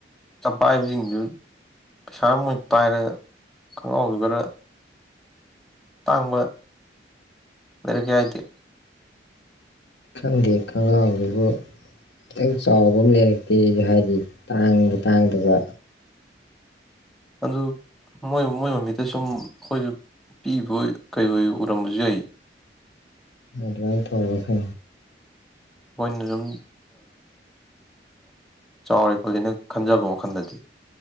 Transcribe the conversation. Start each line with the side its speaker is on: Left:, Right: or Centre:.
Centre: ꯆꯄꯥꯛꯕꯁꯤꯡꯗꯨ ꯄꯩꯁꯥ ꯃꯣꯏ ꯄꯥꯏꯔꯒ ꯈꯪꯒꯥꯎꯗꯨ ꯈꯔ ꯇꯥꯡꯝꯕ ꯑꯗꯨꯔ ꯀ ꯍꯥꯏꯇ
Left: ꯈꯪꯗꯦ ꯈꯒꯥꯎꯗꯨꯕꯨ ꯈꯤꯇꯪ ꯆꯥꯎꯕ ꯑꯃ ꯂꯩꯔꯛꯇꯦꯁꯨ ꯍꯥꯏꯗꯤ ꯇꯥꯡꯕ ꯇꯥꯡꯗꯕ
Centre: ꯑꯗꯨ ꯃꯣꯏ ꯃꯣꯏ ꯃꯃꯤꯗ ꯁꯨꯝ ꯑꯩꯈꯣꯏꯁꯨ ꯄꯤꯕ ꯀꯩꯣꯏ ꯎꯔꯝꯕꯁꯨ ꯌꯥꯏꯌꯦ
Left: ꯑꯗꯨꯃꯥꯏ ꯊꯧꯕꯒ ꯈ
Centre: ꯑꯩꯈꯣꯏꯅ ꯑꯗꯨꯝ ꯆꯥꯎꯔꯦ ꯈꯣꯠꯂꯦꯅ ꯈꯟꯖꯕ ꯋꯥꯈꯜꯗꯗꯤ